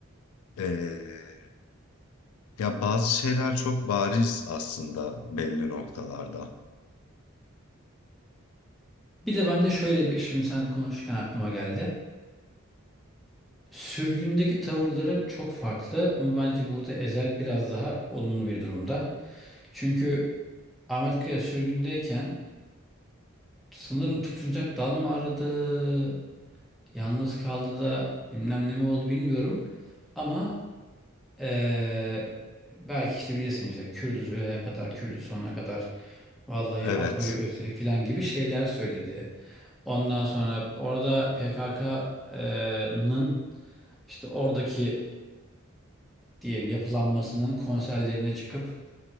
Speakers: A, on the left; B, in the centre.
A: Ee, ya bazı şeyler çok bariz aslında belli noktalarda.
B: Bir de ben de şöyle bir şimdi sen konuşurken aklıma geldi. Sürgündeki tavırları çok farklı ama bence burada Ezel biraz daha olumlu bir durumda. Çünkü Ahmet Kaya sürgündeyken sanırım tutunacak dal mı aradı, yalnız kaldı da bilmem ne mi oldu bilmiyorum. Ama Ee, belki işte bilirsin işte Kürdüz ölene kadar, Kürdüz sonuna kadar vallahi
A: Evet.
B: Apo'yu özledik filan gibi şeyler söyledi. Ondan sonra orada PKK'nın işte oradaki diyelim yapılanmasının konserlerine çıkıp